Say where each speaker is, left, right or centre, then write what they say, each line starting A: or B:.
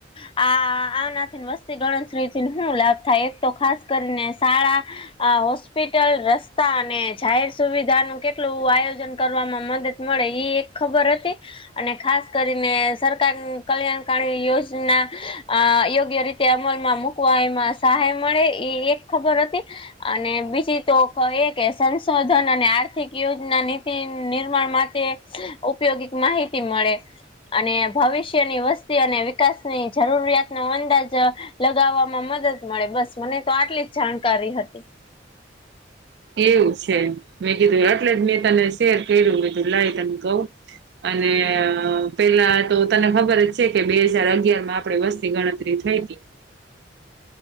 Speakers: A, on the left; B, on the right.
A: આ આનાથી વસ્તી ગણતરી થી શું લાભ થાય એક તો ખાસ કરીને, શાળા આ હોસ્પિટલ રસ્તા અને જાહેર સુવિધા નું કેટલું, આયોજન કરવામાં મદદ મળે એ એક ખબર હતી. અને ખાસ કરીને સરકાર કલ્યાણકારી યોજના અ યોગ્ય રીતે. તે અમલમાં મુૂકવા એમાં સહાય મળે એ એક ખબર હતી. અને બીજી તો એ કે સંશોધન અને આર્થિક યોજના ની નિર્માણ માટે ઉપયોગિક માહિતી મળે. અને ભવિષ્યની વસ્તી અને વિકાસની જરૂરિયાતનો અંદાજ લગાવવામાં મદદ મળે, બસ મને તો આટલી જ જાણકારી હતી.
B: એવું છે મેં કીધું એટલે જ મેં તને શેર કર્યું લાઈ તને કવ. અને પેલા તો તને ખબર જ છે, કે બે હજર અગિયારમાં આપે વસ્તી ગણતરી થઇ હતી.